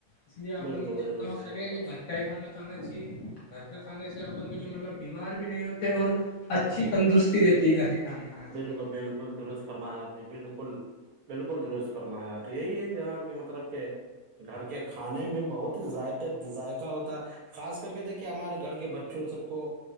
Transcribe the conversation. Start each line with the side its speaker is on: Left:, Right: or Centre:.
Left: اس لیے اپن
Right: بالکل
Left: کو
Right: بالکل
Left: جتنا ہو
Right: صحیح
Left: سکے
Right: بات۔
Left: جو گھر کا ہی کھانا کھانا چاہیے گھر کھانے سے اپن کو جو مطلب بیمار بھی نہیں ہوتے اور اچھی تندرستی رہتی ہے گھر کے کھانے کھانے
Right: بالکل
Left: سے
Right: بالکل درست فرما آپ جی بالکل بالکل درست فرمایا آپ یہی ہے جناب کہ مطلب کہ گھر کے کھانے میں بہت ذائقے ذائقہ ہوتا ہے خاص کر کے دیکھیے ہمارے گھر کے بچوں سب کو